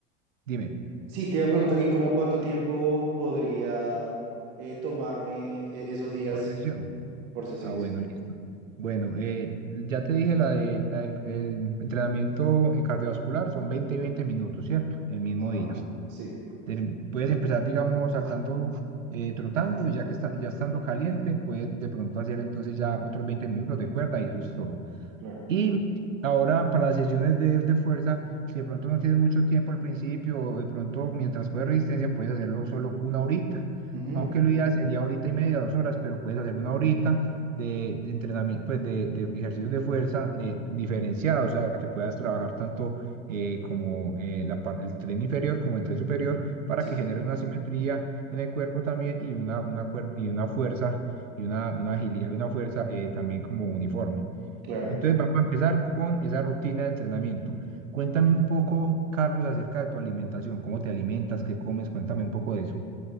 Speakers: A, on the right; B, on the right.
A: dime,
B: Sí, te iba a preguntar, ¿y cómo cuánto tiempo podría eh, tomarme e- esos días
A: por sesión.
B: por sesión?
A: Ah, bueno,
B: Sí.
A: listo. Bueno, eh, ya te dije la de, la de- el entrenamiento eh, cardiovascular, son 20 y 20 minutos, ¿cierto? El mismo
B: Ajá.
A: día.
B: Sí,
A: Te- puedes empezar, digamos, saltando, eh, trotando y ya que está, ya estando caliente, puedes de pronto hacer entonces ya otros 20 minutos de cuerda y eso es todo.
B: claro.
A: Y ahora para las sesiones de, de fuerza, si de pronto no tienes mucho tiempo al principio, o de pronto mientras juegas resistencia puedes hacerlo solo una horita,
B: Ujú,
A: aunque lo ideal sería horita y media, dos horas, pero puedes hacer una horita de, entrenamiento, pues de, de ejercicios de fuerza eh, diferenciados, o sea, que puedas trabajar tanto eh, como eh, la par- el tren inferior como el tren superior para
B: Sí,
A: que generes una simetría en el cuerpo también y una, una, cuer- y una fuerza y una, una agilidad y una fuerza eh, también como uniforme.
B: claro.
A: Entonces vamos a empezar con esa rutina de entrenamiento. Cuéntame un poco, Carlos, acerca de tu alimentación. ¿Cómo te alimentas? ¿Qué comes? Cuéntame un poco de eso.